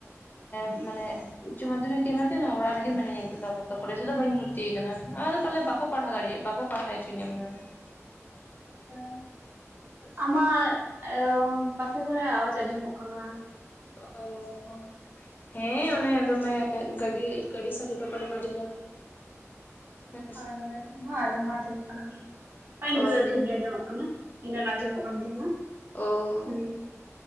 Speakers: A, on the left; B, on the right.
A: ᱛᱚ ᱢᱟᱱᱮᱼᱼ ᱩᱪᱪᱚ ᱢᱟᱫᱷᱤᱠ ᱮᱢᱟᱫᱟᱹᱧ ᱱᱚᱜᱼᱚᱭ ᱚᱲᱟᱜ ᱨᱮᱜᱮ ᱢᱤᱱᱟᱹᱧᱟ ᱱᱤᱛᱚᱜ ᱫᱚ ᱟᱯᱟᱛᱚᱛᱚ ᱠᱚᱞᱮᱡᱽ ᱨᱮ ᱫᱚ ᱵᱟᱹᱧ ᱵᱷᱚᱨᱛᱤ ᱠᱟᱱᱟ ᱟᱫᱚ ᱯᱟᱞᱮ ᱵᱟᱠᱚ ᱯᱟᱲᱦᱟᱣ ᱫᱟᱲᱮᱭᱮᱜ ᱵᱟᱠᱚ ᱯᱟᱲᱦᱟᱣ ᱪᱚᱼᱼ ᱤᱱᱼᱤᱱᱴᱮᱞᱤᱡᱤᱵᱮᱞ <inaudible>
B: ᱟᱪᱪᱷᱟ ᱟᱢᱟᱜ ᱚ ᱯᱟᱥᱮ ᱠᱚᱨᱮ ᱟᱣᱟᱡᱽ ᱟᱸᱡᱚᱢᱚᱜ ᱠᱟᱱᱟ᱾
A: ᱚᱻ ᱦᱮᱸ ᱚᱱᱮ ᱫᱚᱢᱮ ᱜᱟᱹᱰᱤ ᱜᱟᱹᱰᱤ ᱥᱟᱹᱰᱮ ᱠᱚ ᱯᱟᱞᱮᱢ ᱟᱸᱡᱚᱢ ᱧᱟᱢᱮᱫᱼᱟ᱾ ᱦᱩᱸᱜ <unintelligible>
B: ᱦᱳᱭ ᱦᱳᱭ ᱚᱱᱟ ᱟᱭᱱᱚᱢ ᱦᱚᱸ ᱟᱸᱡᱚᱢᱚᱜ ᱠᱟᱱ ᱜᱮ᱾ ᱵᱟᱝ ᱱᱤᱛᱚᱜ
A: ᱚ
B: ᱫᱚ ᱴᱷᱤᱠ ᱜᱮ ᱟᱸᱡᱚᱢᱚᱜ ᱠᱟᱱᱟ ᱤᱱᱟᱹᱱ ᱟᱸᱡᱚᱢᱚᱜ ᱠᱟᱱ ᱛᱟᱦᱮᱱᱟ᱾
A: ᱚᱻ
B: ᱦᱩᱸ